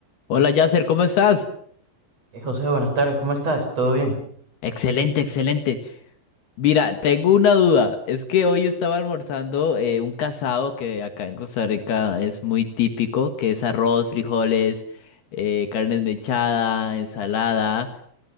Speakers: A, on the left (about 65°); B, on the right (about 35°).
A: Hola Yasser, ¿cómo estás?
B: Eh, José, buenas tardes, ¿cómo estás? ¿Todo bien?
A: Excelente, excelente. Mira, tengo una duda. Es que hoy estaba almorzando eh, un casado que acá en Costa Rica es muy típico, que es arroz, frijoles, eh, carne mechada, ensalada